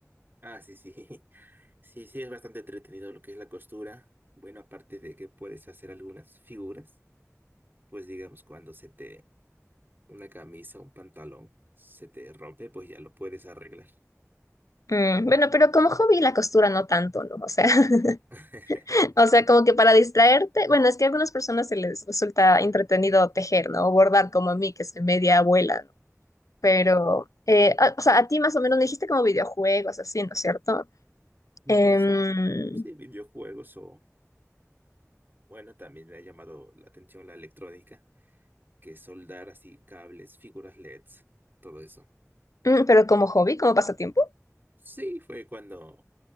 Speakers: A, on the right; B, on the left.
A: Ah, sí, sí, <laughs> sí, sí, es bastante entretenido lo que es la costura. Bueno, aparte de que puedes hacer algunas figuras, pues digamos, cuando se te una camisa, un pantalón, se te rompe, pues ya lo puedes arreglar.
B: Mm, bueno, pero como hobby la costura no tanto, ¿no? O sea, <laughs>
A: <laughs>
B: o sea, como que para distraerte, bueno, es que a algunas personas se les resulta entretenido tejer, ¿no? O bordar como a mí, que soy media abuela, ¿no? Pero, eh, a- o sea, a ti más o menos me dijiste como videojuegos, así, ¿no es cierto? Em,
A: Pueden ser, sí, videojuegos o, bueno, también me ha llamado la atención la electrónica, que es soldar así cables, figuras LEDs, todo eso.
B: mm, pero como hobby, como pasatiempo.
A: Sí, fue cuando